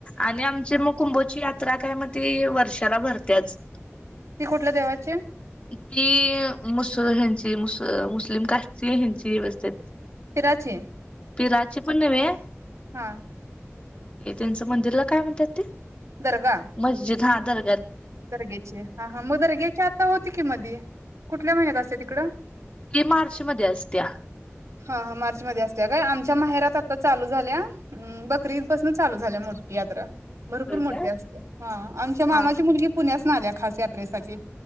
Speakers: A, on the left; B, on the right.
A: आणि आमची म कुंभोची यात्रा काय मग ती वर्षाला भरते्याच.
B: ती कुठल्या देवाची?
A: की मुस हंची मुस मुस्लिम कास्टची हेंची व्यवस्थित
B: पिराची
A: पिराची पण नव्हे.
B: हा.
A: ते त्यांचं मंदिरला काय म्हणतात ते
B: दरगा
A: मस्जिद हा दर
B: दर्ग्याचे हा हा म दर्गेची आता होती की मधी कुठल्या महिन्यात असं तिकडं.
A: ते मार्च मध्ये असत्या.
B: हा हा मार्चमध्ये असत्या काय आमच्या माहेरात आता चालू. झाल्या. बकरी ईदपसूनच चालू झाल्या मोठ. यात्रा. भरपूर
A: होय
B: मोठीे
A: काय होय
B: असते हा आमच्या मामाची
A: हा
B: मुलगी पुण्यासन आल्या. खास यात्रेसाठीची